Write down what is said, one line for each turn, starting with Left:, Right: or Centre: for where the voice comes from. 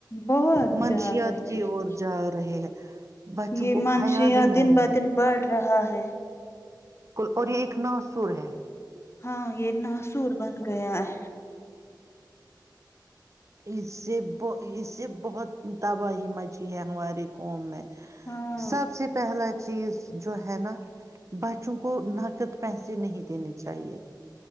Left: بہت
Right: منشیات
Left: جا رہے ہیں
Right: کی اور جا رہے ہیں بچوں
Left: یہ
Right: کو
Left: مانشیا
Right: خیال ہی نہیں
Left: دن بہ دن بڑ <unintelligible> رہا ہے <unintelligible>
Right: اور یہ ایک ناسور ہے
Left: ہاں یہ ناصور بن گیا ہے
Right: اس سے اس سے بہت تباہی مچی ہے ہمارے قوم میں
Left: ہاں
Right: سب سے پہلا چیز جو ہے نا بچوں کو نقد پیسے نہیں دینے چاہیے